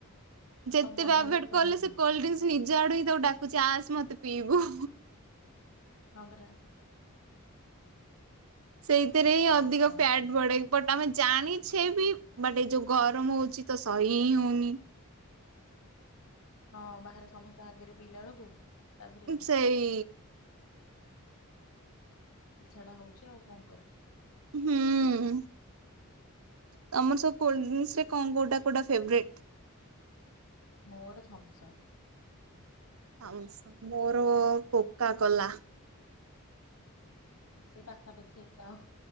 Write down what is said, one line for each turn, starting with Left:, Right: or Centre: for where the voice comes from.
Right: ଯେତେ
Left: ଆଉ ମନା
Right: ବି ଆଭଏଡ୍
Left: କରିବୁନି
Right: କଲେ ସେ କୋଲଡ୍ରିଙ୍କସ୍। ନିଜ ଆଡୁ ହିଁ ତାକୁ ଡାକୁଚି ଆସ ମତେ ପିଇବୁ।
Left: ହଁ ପରା।
Right: ସେଇଥିରେ ହିଁ ଅଧିକ
Left: ଆଉ କଣ
Right: ଫ୍ୟାଟ
Left: କରିବୁ।
Right: ବଢେ। ବଟ୍ ଆମେ ଜାଣିଛେ ବି ବଟ୍ ଏ ଯୋଉ ଗରମ ହଉଛି ତ ସହି ହିଁ ହଉନି।
Left: ହଁ ବାହାରେ ସମସ୍ତେ ଆଗରେ ପିଲା ବେଳକୁ ତାପରେ।
Right: ସେଇ
Left: ଇଛା ଟା ହଉଛି ଆଉ କଁ କରି
Right: ହୁଁ। ତମର ସବୁ କୋଲଡ୍ରିଙ୍କସ୍ ରେ କଁ କୋଉଟା କୋଉଟା ଫେବେରେଟ୍।
Left: ମୋର ଥମସ୍ଅପ୍।
Right: ଥମସ୍ଅପ୍ ମୋର କୋକା କୋଲା।
Left: ହଁ ସେଇ ପାଖା ପାଖି ଏକା ଆଉ।